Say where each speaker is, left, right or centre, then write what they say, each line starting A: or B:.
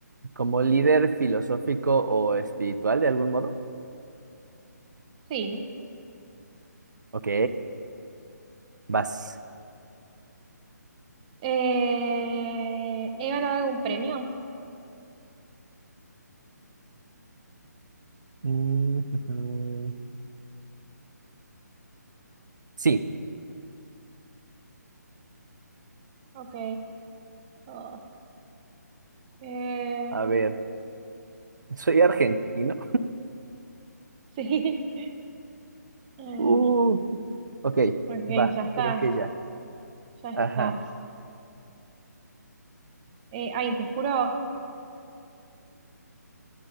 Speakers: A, on the right; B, on the right.
A: como líder filosófico o espiritual de algún modo.
B: Sí.
A: Ok, vas.
B: Eh, ¿he ganado algún premio?
A: Mm, ujú. Sí,
B: Ok. Oh, eh,
A: a ver, soy argentino.
B: sí. <laughs> Eh,
A: Uh, ok,
B: ok,
A: va,
B: ya estás.
A: creo que ya.
B: Ya estás.
A: Ajá.
B: Eh, ay, te juro,